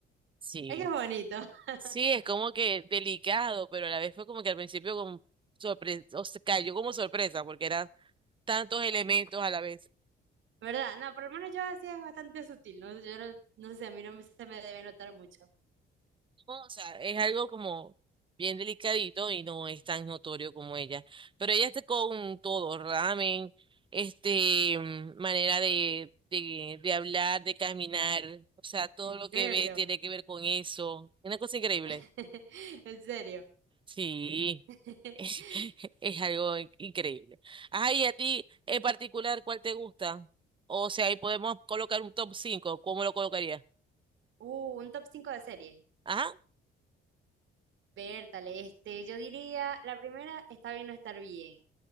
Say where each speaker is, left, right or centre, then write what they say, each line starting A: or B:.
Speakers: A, on the right; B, on the right.
A: sí.
B: es que es bonito, <laughs>
A: Sí, es como que delicado, pero a la vez fue como que al principio como sorpre- o sea, cayó como sorpresa, porque eran tantos elementos a la vez.
B: ¿verdad? No, por lo menos yo así es bastante sutil, ¿no? Yo no, no sé, a mí no me- se me debe notar mucho.
A: O sea, es algo como bien delicadito y no es tan notorio como ella. Pero ella está con todo, ramen, este, mm, manera de, de, de hablar, de caminar, o sea, todo
B: ¿En
A: lo
B: serio?
A: que ve tiene que ver con eso. Una cosa increíble.
B: <laughs> ¿En serio?
A: Sí,
B: <laughs>
A: <laughs> es algo in- increíble. Ay, a ti en particular, ¿cuál te gusta? O sea, ahí podemos colocar un top 5. ¿cómo lo colocarías?
B: Uh, un top 5 de series.
A: Ajá.
B: Bertale, este, yo diría, la primera, está bien no estar bien.